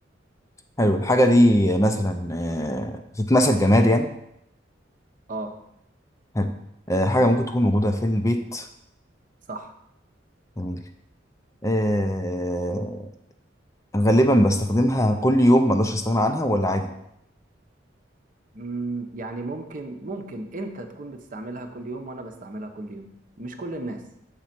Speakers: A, on the left (about 15°); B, on the right (about 45°).
A: حلو الحاجة دي مثلا آه، تتمسك جماد يعني
B: اه
A: حلو آه، حاجة ممكن تكون موجودة في البيت
B: صح
A: جميل آه، غالبا بستخدمها كل يوم ما اقدرش استغنى عنها ولا عادي
B: مم، يعني ممكن ممكن انت تكون بتستعملها كل يوم وانا بستعملها كل يوم مش كل الناس